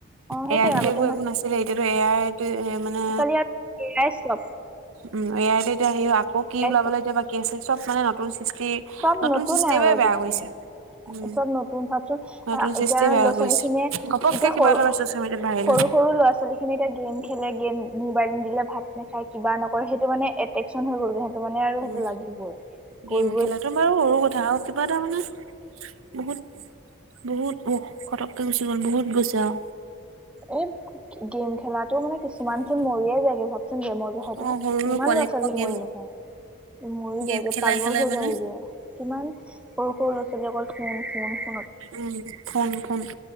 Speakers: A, in the centre; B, on the right (about 85°).
A: অ সেইটোয়ে
B: এ আই টি
A: আগতে
B: এইবোৰ একো নাছিলে এতিয়াতো এ আই মানে।
A: এ আই সব।
B: উম, এ এই এতিয়া-এতিয়া সে আকৌ কি
A: এ আই
B: ওলাবলৈ এতিয়া বাকি আছে চব মানে নতুন,
A: চব
B: নতুন
A: নতুনে
B: চিষ্টেমে
A: আৰু আজিকালি
B: বেয়া কৰিছে। উম,
A: চব নতুন ভাবচোন
B: নতুন
A: আহ এতিয়া
B: সৃতিয়ে বেয়া
A: ল'ৰা ছোৱালী
B: কৰিছে
A: খিনিয়ে
B: গপক্কে
A: এতিয়া
B: কিবা
A: সৰু
B: এটা মেছেজ কৰিম এতিয়া ভাইৰেল
A: সৰু
B: হৈ যাম।
A: সৰু ল'ৰা-ছোৱালী খিনি এতি গেম খেলে গেম, মোবাইল নিদিলে ভাত নাখায় কিবা নকৰে সেইটো মানে এট্ৰকচন হৈ গলগে মানে আৰু সেইটো
B: উম
A: লাগিবই কৰিব
B: গেম খেলাটো বাৰু সৰু কথা আৰু কিবা এটা মানে, বহুত বহুত ফতককে গুচি গ'ল বহুত গৈছে আও
A: এই গেম খেলাটো মানে কিছুমান <unintelligible> মৰিয়ে যায়গে হঁত চোন গেমৰ যহতে
B: অ সৰু সৰু
A: কিমান
B: পোৱালি
A: ল'ৰা-ছোৱালী
B: সোপাক গেম
A: মৰি গৈছে। মৰি
B: গেম
A: যায়গে
B: খেলাই
A: পাগল
B: খেলাই
A: হৈ
B: মানে
A: যায়গে কিমান সৰু সৰু ল'ৰা-ছোৱালী অকল ফোন ফোন ফোন।
B: উ ফোন ফোন